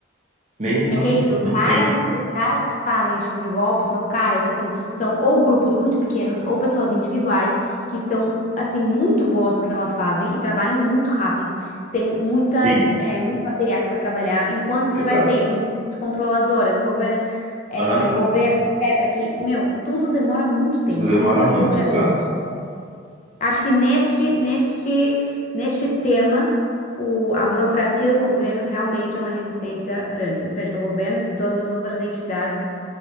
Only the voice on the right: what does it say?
meio que
não,
não
tem como.
Sim,
exato.
Aham.
Tudo demora
muito,
exato.